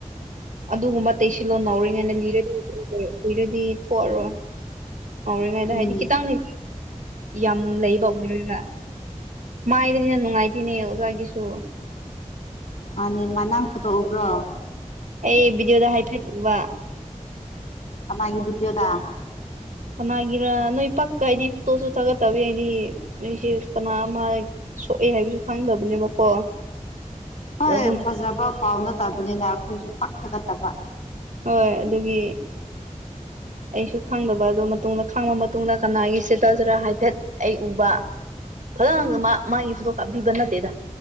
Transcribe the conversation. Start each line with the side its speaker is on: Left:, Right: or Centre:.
Right: ꯑꯗꯨꯒꯨꯝꯕ ꯇꯩꯁꯤꯜꯂꯣ ꯉꯧꯔꯤꯉꯥꯏꯗ ꯂꯤꯔꯗꯤ ꯂꯤꯔꯗꯤ ꯊꯣꯛꯑꯔꯣꯏ ꯉꯧꯔꯤꯉꯩꯗ
Left: ꯎꯝ
Right: ꯍꯥꯏꯗꯤ ꯈꯤꯇꯪꯗꯤ ꯌꯥꯝ ꯂꯩꯕ ꯑꯣꯏꯔꯣꯏꯕ ꯃꯥꯏꯗꯅꯤꯅ ꯅꯨꯡꯉꯥꯏꯇꯅꯦ ꯑꯣꯖꯥꯒꯤꯁꯨ
Left: ꯃꯥꯅꯤ ꯃꯅꯥ ꯐꯨꯇꯣꯛꯎꯕ꯭ꯔꯣ
Right: ꯑꯩ ꯚꯗꯤꯑꯣꯗ ꯍꯥꯏꯐꯦꯠꯇꯣꯛꯕ
Left: ꯑꯅꯥꯒꯤ ꯕꯤꯗꯤꯌꯗ
Right: ꯀꯅꯥꯒꯤꯔꯥ ꯅꯣꯏ ꯄꯛꯀ ꯍꯥꯏꯗꯤ ꯐꯣꯇꯣꯁꯨ ꯊꯥꯒꯠꯇꯕ ꯍꯥꯏꯗꯤ ꯅꯣꯏꯁꯦ ꯀꯅꯥ ꯑꯃ ꯁꯣꯛꯑꯦ ꯍꯥꯏꯕꯁꯨ ꯈꯪꯗꯕꯅꯦꯕꯀꯣ
Left: ꯍꯣꯏ
Right: ꯑꯗꯨꯝ
Left: ꯐꯖꯕ ꯄꯥꯎꯅ ꯇꯥꯕꯅꯤꯅ ꯑꯩꯈꯣꯏꯁꯨ ꯄꯥꯛꯊꯒꯠꯇꯕ
Right: ꯍꯣꯏ ꯑꯗꯨꯒꯤ ꯑꯩꯁꯨ ꯈꯪꯗꯕ ꯑꯗꯨꯗ ꯃꯇꯨꯡꯗ ꯈꯪꯕ ꯃꯇꯨꯡꯗ ꯀꯅꯥꯒꯤ ꯆꯦꯇ꯭ꯔꯥ ꯆꯔ ꯍꯥꯏꯐꯦꯠ ꯑꯩ ꯎꯕ ꯐꯖꯅ ꯃꯥꯒꯤ ꯐꯣꯇꯣ ꯀꯥꯞꯄꯤꯕ ꯅꯠꯇꯦꯗ